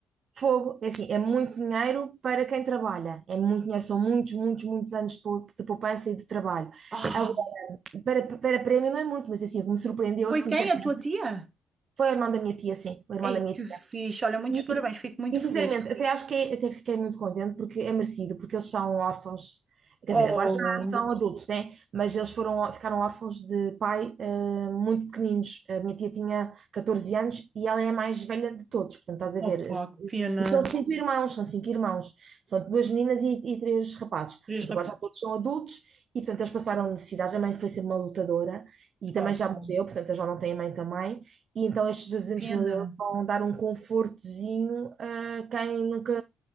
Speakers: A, on the right; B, on the right.
A: Fogo, é assim, é muito dinheiro para quem trabalha. É muito dinheiro, são muitos, muitos, muitos anos de pou- de poupança e de trabalho.
B: Ah,
A: Agora, para, para prémio não é muito, mas assim, o que me surpreendeu
B: foi
A: é que, sinceramente,
B: quem? A tua tia?
A: foi o irmão da minha tia, sim. O irmão
B: Ei,
A: da minha
B: que
A: tia.
B: fixe. Olha, muitos
A: E,
B: parabéns. Fico muito
A: e, sinceramente,
B: feliz.
A: até acho que é, até fiquei muito contente porque é merecido, porque eles são órfãos, quer
B: Oh,
A: dizer, agora já
B: ainda...
A: são adultos, né? Mas eles foram, ficaram órfãos de pai eh, muito pequeninos. A minha tia tinha 14 anos e ela é a mais velha de todos, portanto, estás a ver.
B: Opa,
A: as-
B: que pena.
A: E são cinco irmãos, são cinco irmãos, são duas meninas e, e três rapazes. Portanto,
B: Três rapazes.
A: agora já todos são adultos e, portanto, eles passaram necessidades. A mãe foi sempre uma lutadora e também
B: Oh,
A: já morreu,
B: pá,
A: portanto, eles já não têm mãe também. E então estes 200
B: que pena.
A: mil euros vão dar um confortozinho a quem nunca,